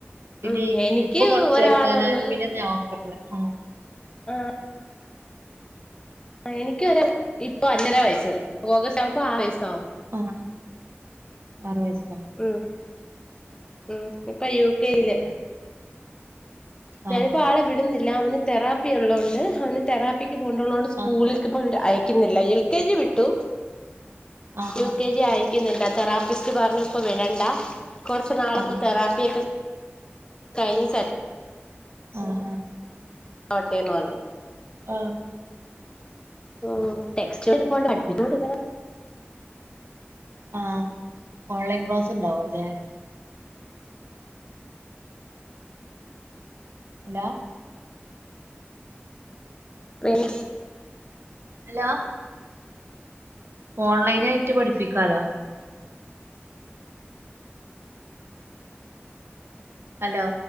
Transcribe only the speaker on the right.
പിന്നെ
ഇപ്പൊ കൊ
ചേർക്കാനാലും പിന്നെ നവംബറില് ആഹ്
ആ ആറു വയസ്സോ
ആഹ്
ആഹ്
ആഹ്
ആഹ്
ആ ആ
ആ
ആ ഓൺലൈൻ ക്ലാസ്സ് ഉണ്ടാവും അല്ലെ ഹലോ
ഹലോ ഓൺലൈന ആയിട്ട് പഠിപ്പിക്കാലോ ഹലോ